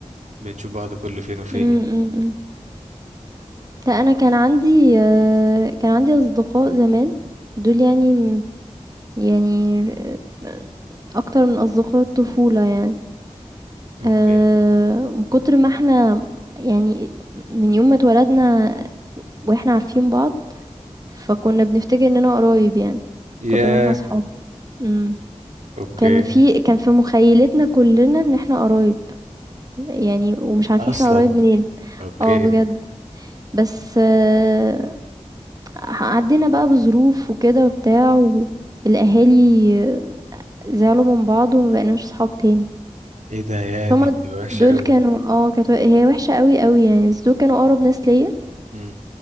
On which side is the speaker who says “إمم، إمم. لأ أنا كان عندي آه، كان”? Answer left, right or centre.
Right